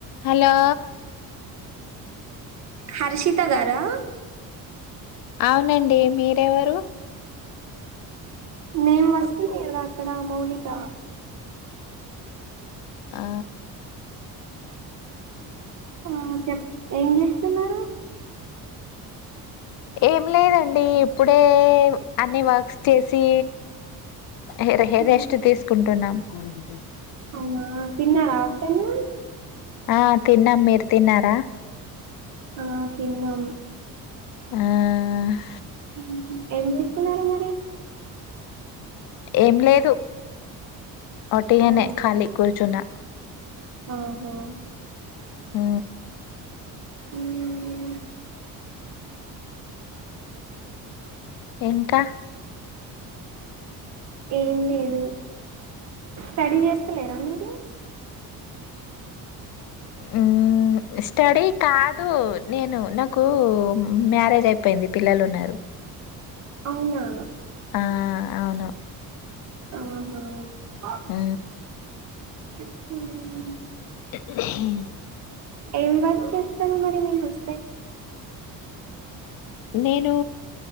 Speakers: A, on the left; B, on the right.
A: Hello.
B: Harshita గారా.
A: అవునండి మీరెవరు.
B: నేను వస్తుంది కదా అక్కడ మౌనిక.
A: ఆ
B: ఆ చెప్ ఏం చేస్తున్నారు.
A: ఏం లేదండి ఇప్పుడే అన్ని వర్క్స్ చేసి. హె రెస్ట్ హెరెస్ట్
B: ఆ,
A: తీసుకుంటున్నాం. కోడి గుడ్డ.
B: అవునా తిన్నారా ఆఫ్టర్ నూన్.
A: ఆ తిన్నాం మీరు తిన్నారా.
B: ఆ తిన్నం.
A: ఆహ్
B: ఊహూ ఏం చేస్తున్నారు మరి.
A: ఏం లేదు ఒట్టిగనే
B: అవునా
A: ఖాళీ కుర్చున్నా.
B: ఆహా
A: ఊ
B: హ <inaudible>
A: ఇంకా.
B: ఏం లేదు స్టడీ చేస్తలేరా మీరు.
A: ఊ.. స్టడీ కాదు నేను నాకు మ్యారేజ్ అయిపోయింది పిల్లలు ఉన్నారు.
B: అవునా.
A: ఆ అవును.
B: ఆహా..
A: ఆ
B: <inaudible>
A: <unintelligible>
B: ఏం వర్క్ చేస్తారు మరి మీ హస్బెండ్
A: నేను